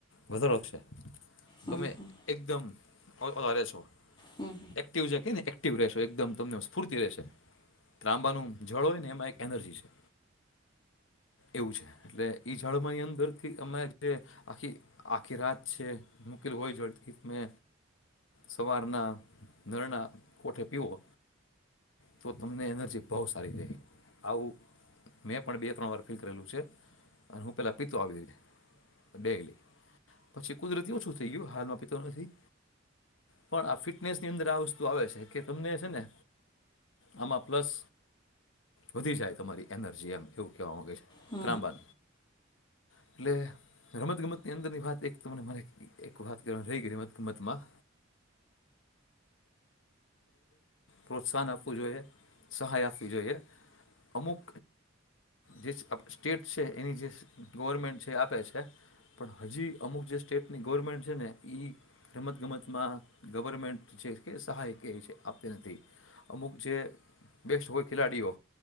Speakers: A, on the left; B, on the left.
A: વધારોશે.
B: હમ
A: તમે
B: હમ
A: એકદમ. વધ વધારે છો.
B: હમ
A: એક્ટિવ જ કે ને એકદમ તમ સ્ફૂર્તિ રહેશે, ત્રાંબાનું જળ હોય ને એમાં એક એનર્જી છે એવું છે, એટલે જળમાંની અંદર થી અરે જે આખી આખી રાત છે મૂકેલું હોય જળથી તમે સવારના નળના કોઠે પીવો તો તમને એનર્જી બહુ સારી થઈ આવું મેં પણ બે ત્રણ વાર ફીલ કરેલું છે અને હું પહેલાં પિતો આવી રીતે ડેલી. પછી કુદરતીઓ છું થઈ ગયું હાલમાં પીતો નથી પણ આ ફિટનેસની અંદર આ વસ્તુ આવે છે કે તમને છે ને આમાં પ્લસ. વધી જાય તમારી એનર્જી એમ એવું કેહેવા ગે છે.
B: હમ
A: ત્રાંબા. એટલે રમત ગમતની અંદરની વાત એકને મને એક વાત કરવાની રહી ગઈ રમત ગમતમાં પ્રોત્સાહન આપવું જોઈએ સહાય આપવી જોઈએ. અમુક જે સ્ટેટ છે એની જે ગવર્મેન્ટ છે એ આપે છે, પણ હજી અમુક જે સ્ટેટની ગવર્મેન્ટ છે ને એ રમતગમતમાં ગવર્મેન્ટ છે કે સહાય આપ નથી અમુક જે બેસ્ટ હોય ખેલાડીઓ